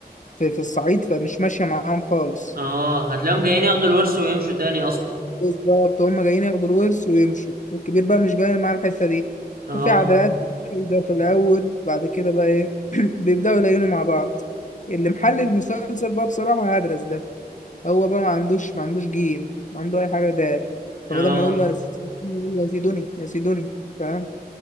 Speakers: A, on the left; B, on the right.
A: في, في الصعيد فمش ماشية معاهم خالص
B: اه هتلاقيهم جايين ياخدوا الورث ويمشوا تاني اصلا
A: بالظبط هم جايين ياخدوا الورث ويمشوا والكبير بقى مش جاي معاه الحتة دي
B: اه
A: ففي عداءات كده في الأول بعد كده بقى إيه <clears throat> بيبدأوا يلاقينوا مع بعض اللي محل المسلسل بقى بصراحة هدرس ده هو بقى ما عندوش ما عندوش جيم ما عنده أي حاجة ده
B: اه
A: فبدل ما يقول له يا سيدوني يقول له يا سيدوني يا سيدوني فاهم